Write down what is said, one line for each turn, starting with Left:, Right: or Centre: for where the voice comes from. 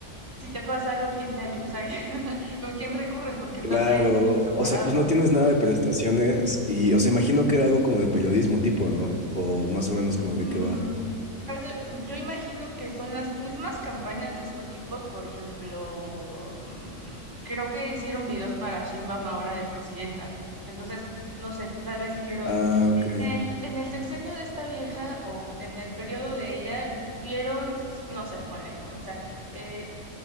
Right: si te pasa algo, ¿quién te ayuda? O sea, <laughs> ¿con quién recurres? Porque estás
Left: Claro,
Right: ahí medio desamparado,
Left: o sea, pues no
Right: ¿no?
Left: tienes nada de prestaciones y, o sea, imagino que era algo como de periodismo tipo, ¿no? O más o menos como
Right: Mm,
Left: de qué va.
Right: hace- yo imagino que son las mismas campañas de estos tipos, por ejemplo, mm, creo que hicieron videos para Sheinbaum ahora de presidenta. Entonces, no sé, tal vez dijeron,
Left: Ah, ok.
Right: En el, en el sexenio de esta vieja o en el periodo de ella hubieron, no se pone, ¿no? O sea, eh,